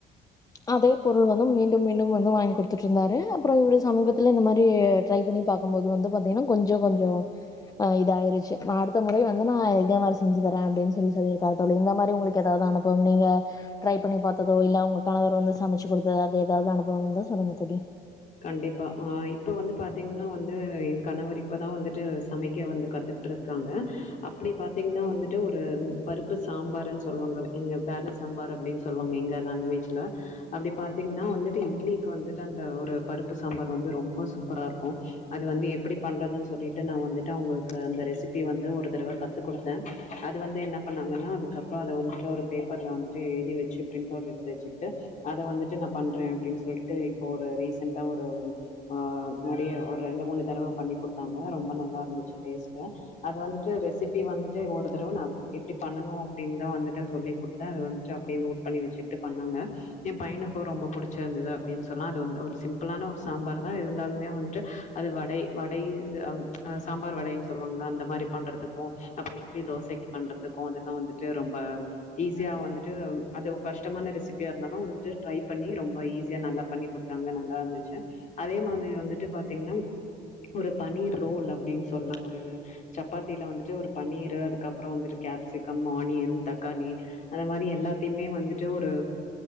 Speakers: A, on the left; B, on the left.
A: அதே பொருள் வந்து மீண்டும் மீண்டும் வந்து வாங்கி குடுத்துட்டு இருந்தாரு அப்றோ ஒரு சமீபத்ல இந்த மாரி ட்ரை பண்ணி பாக்கும் போது வந்து பாத்தீங்கனா கொஞ்ஜோ கொஞ்ஜோ ஆ இது ஆயிருச்சி அடுத்த முறை வந்து நா இதே மாரி செஞ்சி தர அப்டினு சொல்லி சொல்லிருக்காரு தோழி இந்த மாரி உங்களுக்கு எதாது அனுபவம் நீங்க ட்ரை பண்ணி பாத்ததோ இல்ல உங்க கணவர் வந்து சமைச்சி குடுத்தது அது எதாது அனுபவ வந்தா சொல்லுங்க தோழி
B: கண்டிப்பா ஆ இப்ப வந்து பாத்தீங்கனா வந்து எ கணவர் இப்ப தா வந்துட்டு சமைக்க வந்து கத்துகிட்டு இருக்காங்க அப்டி பாத்தீங்கனா வந்துட்டு ஒரு பருப்பு சாம்பருன்னு சொல்லுவாங்க எங்க வேல சாம்பார் அப்டின்னு சொல்லுவாங்க எங்க லேங்வேஜ்ல அப்டி பாத்தீங்கனா வந்துட்டு இட்லிக்கு வந்துட்டு அந்த ஒரு பருப்பு சாம்பார் வந்து ரொம்ப சூப்பரா இருக்கோ அது வந்து எப்டி பண்றதுனு சொல்லிட்டு நா வந்துட்டு அவுங்களுக்கு அந்த ரெசிபிய வந்துட்டு ஒரு தரவ கத்து குடுத்தே அத வந்து என்ன பண்ணாங்கன்னா அதுக்கப்றோ அது வந்துட்டு ஒரு பேப்பர்ல வந்துட்டு எழுதி வெச்சி ப்ரிண்ட் அவுட் எடுத்து வெச்சிக்கிட்டு அத வந்துட்டு நா பண்றே அப்டினு சொல்ட்டு இப்போ ஒரு ரீசண்டா ரீசண்ட்டா ஒரு ஆ நெறைய ஒரு ரெண்டு மூனு தடவ பண்ணி குடுத்தாங்க ரொம்ப நல்லா இருந்துச்சி டேஸ்ட்டு அது வந்துட்டு ரெஸிப்பியு வந்துட்டு ஒரு தடவ நா எப்டி பண்ணனோ அப்டினு வந்துட்டு சொல்லி குடுத்தே அது வந்துட்டு அப்டியே நோட் பண்ணி வெச்சிட்டு பண்ணாங்க எ பையனுக்கு ரொம்ப புடிச்சிருந்ததா அப்டினு சொன்னா அது வந்து ரொம்ப சிம்பிள் சிம்ப்பலான ஒரு சாம்பாரு தா இருந்தாலுமே வந்துட்டு அது வடை வடை சாம்பார் வடைன்னு சொல்லுவாங்கலே அந்த மாரி பண்றதுக்கு அப்றோ இட்லி தோசைக்கு பண்றதுக்கு அதெல்லா வந்துட்டு ரொம்ப ஈஸியா வந்துட்டு அது கஷ்டமான ரெசிபியா இருந்தாலு வந்துட்டு ட்ரை பண்ணி ரொம்ப ஈஸியா நல்லா பண்ணி குடுத்தாங்க நல்லா இருந்துச்சி அதே மாதிரி வந்துட்டு பாத்தீங்கன்னா ஒரு பன்னீர் ரோல் அப்டின் சொல்லா ஒரு சப்பாத்தியில வந்துட்டு ஒரு பன்னீர் அதுக்கப்புறோ வந்துட்டு கேப்சிகம் ஆனியன் தக்காளி அந்த மாரி எல்லாத்தையுமே வந்துட்டு ஒரு